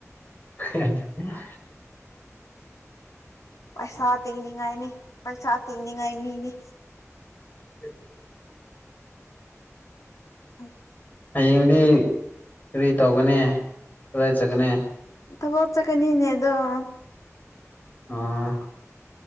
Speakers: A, on the left; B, on the left.
A: <inaudible>
B: ꯄꯩꯁꯥ ꯇꯤꯡꯅꯤꯡꯉꯥꯏꯅꯦ ꯄꯩꯁꯥ ꯇꯤꯡꯅꯤꯡꯉꯥꯏ ꯃꯤꯅꯤ
A: <inaudible>
B: ꯎꯝ
A: ꯍꯌꯦꯡꯗꯤ ꯀꯔꯤ ꯇꯧꯒꯅꯤ ꯀꯗꯥꯏ ꯆꯠꯒꯅꯤ
B: ꯏ ꯊꯕꯣ ꯆꯀꯦꯅꯤꯅꯦ ꯑ ꯑꯗꯨꯣ
A: ꯑ